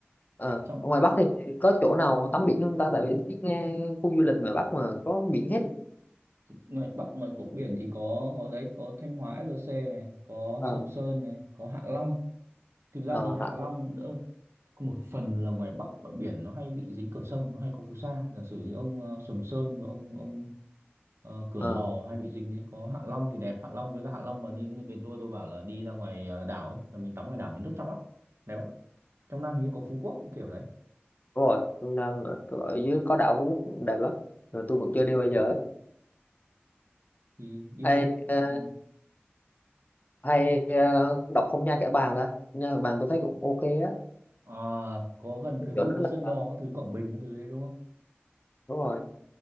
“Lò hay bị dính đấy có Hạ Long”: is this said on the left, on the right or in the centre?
Right